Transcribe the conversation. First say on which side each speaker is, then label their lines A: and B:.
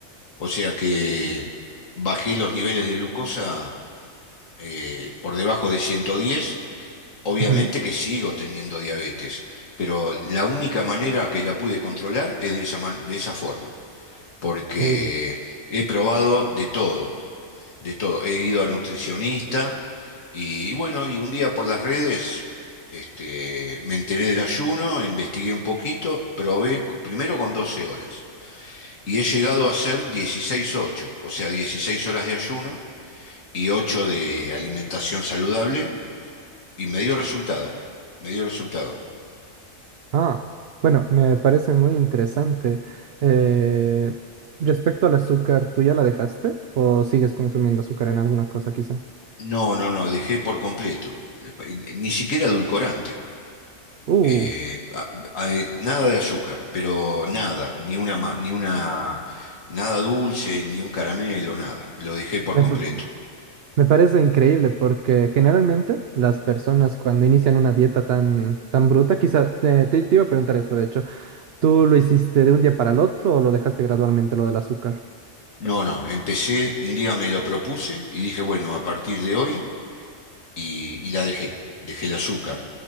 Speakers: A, on the left; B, on the right.
A: O sea que bajé los niveles de glucosa eh, por debajo de ciento diez Obviamente
B: ujú.
A: que sigo teniendo diabetes, pero la única manera que la pude controlar es de esa, man- de esa forma, porque
B: Uh,
A: he probado de todo de todo. He ido a nutricionista y, bueno, y un día por las redes este, me enteré del ayuno, investigué un poquito, probé co- primero con 12 horas y he llegado a hacer dieciséis ocho o sea, 16 horas de ayuno y 8 de alimentación saludable y me dio resultado, me dio resultado.
B: Ah, bueno, me parece muy interesante. Eh, respecto al azúcar, ¿tú ya la dejaste o sigues consumiendo azúcar en alguna cosa quizá?
A: No, no, no, dejé por completo, eh, ni siquiera edulcorante.
B: Uh,
A: eh, a- a- eh, nada de azúcar, pero nada, ni una, ma- ni una, nada dulce, ni un caramelo, nada. Lo dejé por
B: me,
A: completo.
B: Me parece increíble porque generalmente las personas cuando inician una dieta tan, tan bruta, quizá eh, te, te iba a preguntar esto, de hecho, ¿tú lo hiciste de un día para el otro o lo dejaste gradualmente lo del azúcar?
A: No, no, empecé, un día me lo propuse y dije, bueno, a partir de hoy, y, y la dejé, dejé el azúcar.